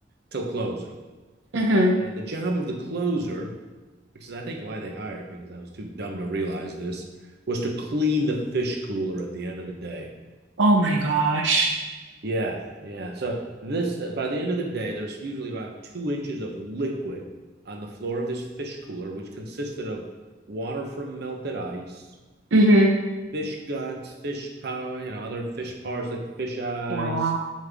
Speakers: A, on the right (about 60°); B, on the right (about 85°).
A: till closing.
B: Mm-hmm.
A: And the job of the closer, which is I think why they hired me because I was too dumb to realize this, was to clean the fish cooler at the end of the day.
B: Oh my gosh.
A: Yeah, yeah. So this uh, by the end of the day, there's usually about two inches of liquid on the floor of this fish cooler, which consisted of water from melted ice,
B: Mm-hmm.
A: fish guts, fish power, you know, other fish parts like fish eyes,
B: Wow.